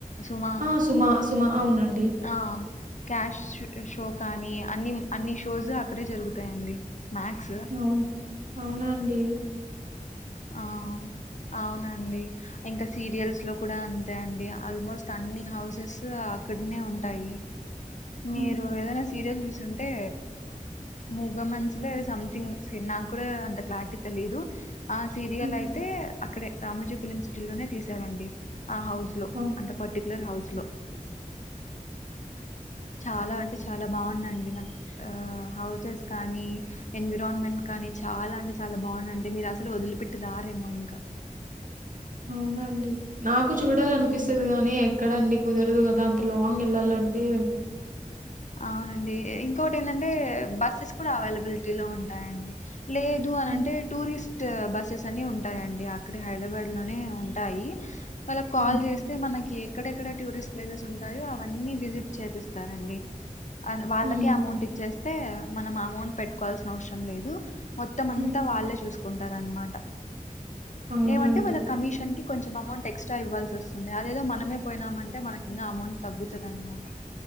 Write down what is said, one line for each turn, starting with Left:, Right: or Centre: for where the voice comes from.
Left: సుమా
Right: ఆ సుమ సుమ అవునండి
Left: ఆ క్యాష్ షూటు షో కానీ అన్ని అన్ని షోస్ అక్కడే జరుగుతాయండి మ్యాక్స్
Right: అవును అవునండి
Left: ఆ వునుఅవునండి ఇంకా సీరియల్స్ లో కూడా అంతే అండి ఆల్మోస్ట్ అన్ని హౌసెస్ అక్కడనే ఉంటాయి మీరు
Right: హ్మ్.
Left: ఏదైనా సీరియల్ చూసుంటే మూగమనుసులే సంథింగ్ సినిమా నాకు కూడా అంత క్లారిటీగ్ తెలిదు ఆ సీరియల్
Right: హ్మ్.
Left: అయితే అక్కడే రామజీ ఫిలిం సిటీ లోనే తీశారండి ఆ హౌస్ లో
Right: అ
Left: అంట పర్టిక్యూలర్ హౌస్ లో చాలా అంటే చాలా బాగుందండి నాకు హౌసెస్ కానీ ఎన్విరాన్మెంట్ కానీ చాలా అంటే చాలా బాగుందండి మీరు అసలు వదిలిపెట్టి రారేమో ఇంకా
Right: అవునండి నాకు చూడాలనిపిస్తుంది
Left: అవునండి
Right: గాని ఎక్కడండి కుదరదు కదా అంత లాంగ్ వెళ్లాలంటే
Left: అవునండి ఇంకోటి ఏందం టే బస్సెస్ కూడా అవైలబిలిటీ లో ఉంటాయండి లేదు అని
Right: హ్మ్.
Left: అంటే టూరిస్ట్ టూ బస్సెస్ అన్ని ఉంటాయండి అక్కడ హైదరాబాద్ లోనే ఉంటాయి వాళ్ళకాల్
Right: హ్మ్.
Left: చేస్తే మనకి ఎక్కడెక్కడ టూరిస్ట్ ప్లేసెస్ ఉంటాయో అవన్నీ విజిట్ చేపిస్తారండి అదివాళ్లకే
Right: హ్మ్.
Left: అమౌంట్ ఇచ్చేస్తే మనం అమౌంట్ పెట్టుకోవాల్సిన అవసరం లేదు మొత్తం అంతా
Right: హ్మ్.
Left: వాళ్ళే చూసుకుంటారు అనమాట
Right: అవునా
Left: ఏమంటే
Right: అండి.
Left: వాళ్ళ కమిషన్ కి కొంచెం అమౌంట్ ఎక్స్ట్రా ఇవ్వాల్సి వస్తుంది అదేదో మనమే పోయినామంటే మనకి ఇంకా అమౌంట్ తగ్గుతది అన్నమాట